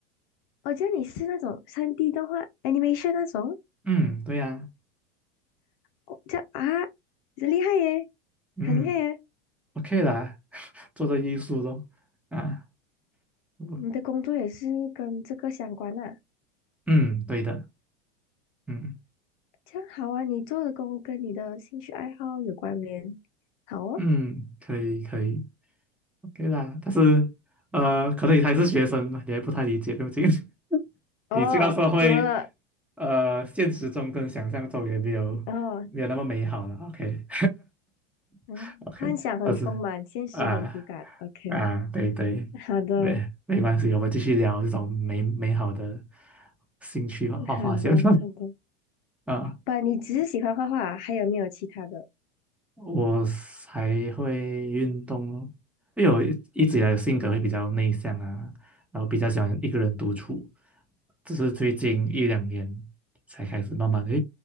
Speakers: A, on the left; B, in the centre.
A: 哦，这样你是那种三 d 动画 animation 那种？
B: 嗯，对呀、
A: 哦，这样啊，这厉害耶，
B: 嗯
A: 很厉害耶！
B: ，OK 啦，<laughs> 做做艺术咯，啊，我
A: 你的工作也是跟这个相关啊，
B: 嗯，对的。嗯
A: 这样好啊，你做的工跟你的兴趣爱好有关联，好哦。
B: 嗯，可以可以，OK 啦。但是呃，可能你还是学生嘛，你还不太理解，毕竟 <laughs>
A: 哦，
B: 你进到社会，
A: 怎么了？
B: 呃，现实中跟想象中也没有没有那么美好了。
A: 哦，
B: OK
A: 嗯，
B: <laughs> OK，
A: 幻想很丰满，
B: 但是啊
A: 现实很骨感。OK，
B: 啊，对对，
A: 好的，
B: 没没关系，我们继续聊这种美美好的兴趣和画画先
A: 好的，好的。
B: <laughs> 啊。
A: 不，你只是喜欢画画啊还有没有其他的？
B: 我还会运动咯，因为我一直以来的性格会比较内向啊，
A: 嗯
B: 然后比较喜欢一个人独处，只是最近一两年才开始慢慢的